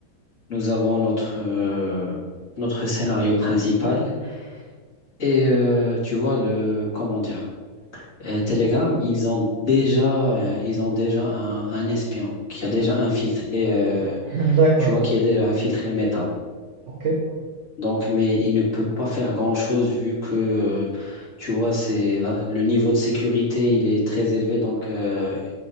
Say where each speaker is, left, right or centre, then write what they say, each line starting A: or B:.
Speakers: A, on the left; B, on the right.
A: nous avons notre, euh, notre scénario principal. Et euh, tu vois le comment dire euh, Telegram, ils ont déjà euh, ils ont déjà un, un espion qui a déjà infiltré euh,
B: <laughs> D'accord.
A: tu vois qui a déjà infiltré Meta.
B: OK.
A: Donc mais il ne peut pas faire grand-chose vu que euh, tu vois c'est là le niveau de sécurité, il est très élevé donc euh,